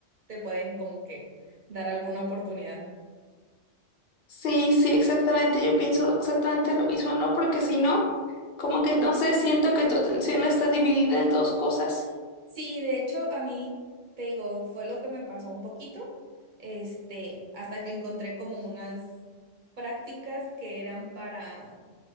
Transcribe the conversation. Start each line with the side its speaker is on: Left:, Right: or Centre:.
Right: te pueden como que dar alguna oportunidad.
Left: Sí, sí, exactamente. Yo pienso exactamente lo mismo, ¿no? Porque si no, como que no sé, siento que tu atención está dividida en dos cosas.
Right: Sí, de hecho, a mí, te digo, fue lo que me pasó un poquito, este, hasta que encontré como unas prácticas que eran para